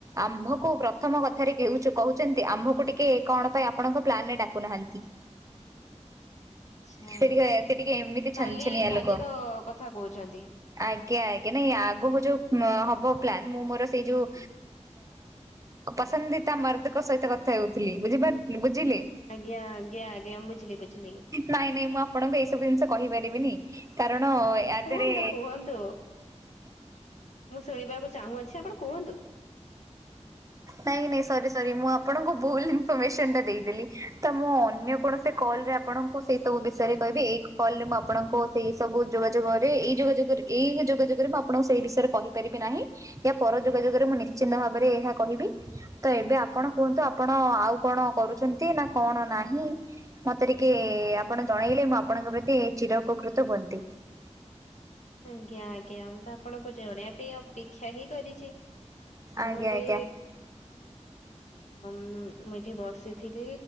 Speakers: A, on the right; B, on the left.
A: ଆମ୍ଭକୁ ପ୍ରଥମ କଥା କହୁଛନ୍ତି ଆମ୍ଭକୁ ଟିକେ କଣ ପାଇଁ ଆପଣଙ୍କ ପ୍ଲାନରେ ଡାକୁନାହାନ୍ତି।
B: <inaudible> ଆଛା
A: ସେ ଟିକେ ସେ ଟିକେ ଏମିତି ଛନଛନିଆ
B: କାଲି କାଲିର
A: ଲୋକ।
B: କଥା କହୁଛନ୍ତି।
A: ଆଜ୍ଞା ଆଜ୍ଞା ନାଇଁ ଆଗକୁ ଯୋଉ ହବ ପ୍ଲାନ ମୁଁ ମୋର ସେଇ ଯୋଉ ପସନ୍ଦିତା ମାର୍ଦ୍ଦଙ୍କ ସହିତ କଥା ହେଉଥିଲି ବୁଝିପାରି ବୁଝିଲେ।
B: ଆଜ୍ଞା ଆଜ୍ଞା ଆଜ୍ଞାମ୍ ବୁଝିଲି ବୁଝିଲି।
A: ନାଇଁ ନାଇଁ ମୁଁ ଆପଣଙ୍କୁ ଏଇସବୁ ଜିନିଷ କହିପାରିବିନି କାରଣ ୟା
B: କୁହନ୍ତୁ
A: ଦେହରେ
B: କୁହନ୍ତୁ ମୁଁ ଶୁଣିବାକୁ ଚାହୁଁଅଛି ଆପଣ କୁହନ୍ତୁ।
A: ନାଇଁ ନାଇଁ ସରି ସରି ମୁଁ ଆପଣଙ୍କୁ ଭୁଲ ଇନଫର୍ମେସନ ଟା ଦେଇଦେଲି ତ ମୁଁ ଅନ୍ୟ କୌଣସି କଲରେ ଆପଣ ସେଇ ସବୁ ବିଷୟରେ କହିବି ଏଇ କଲରେ ମୁଁ ଆପଣଙ୍କ ସେଇ ସବୁ ଯୋଗାଯୋଗରେ ଏଇ ଯୋଗାଯୋଗରେ ଏଇ ଯୋଗାଯୋଗରେ ମୁଁ ଆପଣଙ୍କୁ ସେଇ ବିଷୟରେ କହିପାରିବି ନାହିଁ। ୟା ପର ଯୋଗାଯୋଗରେ ମୁଁ ନିଶ୍ଚିନ୍ତ ଭାବରେ ଏହା କହିବି। ତ ଏବେ ଆପଣ କୁହନ୍ତୁ ଆପଣ ଆଉ କଣ କରୁଛନ୍ତି ନା କଣ ନାହିଁ। ମତେ ଟିକେ ଆପଣ ଜଣେଇଲେ ମୁଁ ଆପଣଙ୍କ ପ୍ରତି ଚିର ଉପକୃତ ହୁଅନ୍ତି।
B: ଆଜ୍ଞା ଆଜ୍ଞା ମୁଁ ତ ଆପଣଙ୍କୁ ଜଣେଇବା ପାଇଁ ଅପେକ୍ଷା ହିଁ କରିଛି। ମୁଁ
A: ଆଜ୍ଞା
B: ଏବେ।
A: ଆଜ୍ଞା
B: ଅ ମୁଁ ଏଠି ବସିଥିଲି